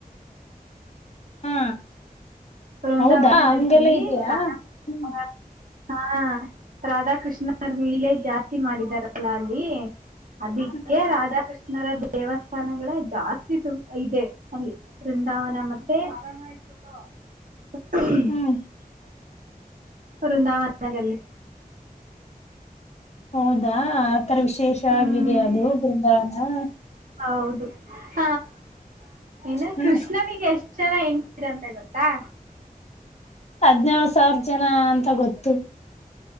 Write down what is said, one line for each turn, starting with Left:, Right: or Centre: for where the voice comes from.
Left: ಹಾ
Right: ಬೃಂದಾವನದಲ್ಲಿ
Left: ಹೌದಾ ಹಂಗೆಲ್ಲ ಇದಯಾ
Right: ಹಾ
Left: ಹ್ಮ್
Right: ಹಾ ರಾಧಾಕೃಷ್ಣ ಅವ ಲೀಲೆೇ ಜಾಸ್ತಿ ಮಾಡಿದಾರಲ್ಲ ಅಲ್ಲಿ ಅದಿಕ್ಕೆ
Left: ಹ್ಮ್
Right: ರಾಧಾಕೃಷ್ಣರ ದೇವಸ್ಥಾನಗಳ ಜಾಸ್ತಿ ತುಂಬ ಇದೆ ಅಲ್ಲಿ ಬೃಂದಾವನ ಮತ್ತೆ <unintelligible> <unintelligible>
Left: ಹ್ಮ್
Right: ಬೃಂದಾವನದಲ್ಲಿ
Left: ಹೌದಾ ಆತರ ವಿಶೇಷ
Right: ಹ್ಮ್
Left: ಆಗಿದೆ ಅದು ಬೃಂದಾವನಾ
Right: ಹೌದು ಹ ಎನು
Left: ಹ್ಮ್
Right: ಕೃಷ್ಣನಿಗೆ ಎಷ್ಟ ಜನ ಹೆಂಡತಿರು ಗೊತ್ತಾ
Left: ಹದ್ನೇಳು ಸಾವಿರ ಜನ ಅಂತ ಗೊತ್ತು